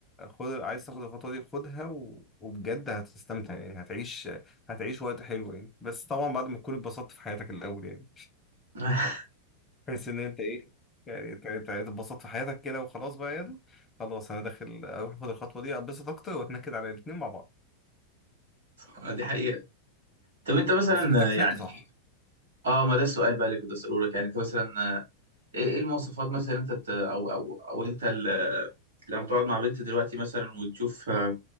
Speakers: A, on the left; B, on the right.
A: خد عايز تاخد الخطوه دي خدها و... وبجد هتستمتع يعني هتعيش هتعيش وقت حلو يعني بس طبعا بعد ما تكون اتبسطت في حياتك الاول يعني
B: <laughs>
A: بحيث ان انت ايه يعني ت- ت- تتبسط في حياتك كده وخلاص بقى يلا خلاص انا داخل اروح اخد الخطوه دي اتبسط اكتر واتنكد على الاتنين مع بعض
B: آه، دي حقيقة طب انت مثلا
A: بس محتاج
B: آه،
A: تنقي
B: يعني
A: صح
B: اه ما ده السؤال بقى اللي كنت اسأله لك يعني انت مثلا آه، ايه إيه المواصفات مثلا انت ت- او او او انت ال- لما تقعد مع بنت دلوقتي مثلا وتشوف آه،